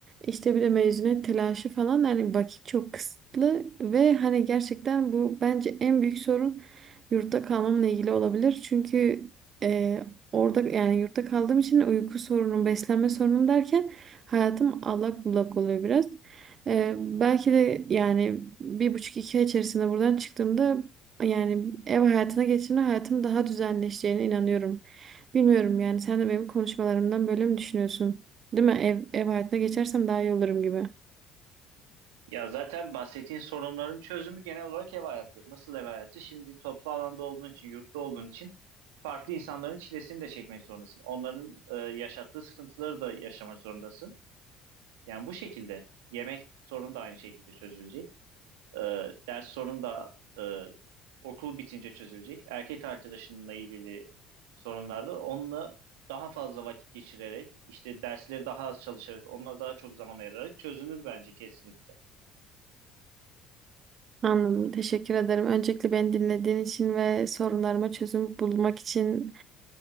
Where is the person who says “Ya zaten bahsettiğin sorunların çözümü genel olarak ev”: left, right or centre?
Right